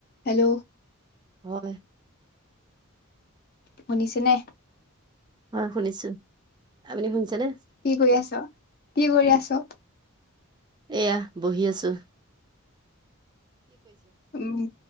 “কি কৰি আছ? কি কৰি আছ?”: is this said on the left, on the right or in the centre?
Left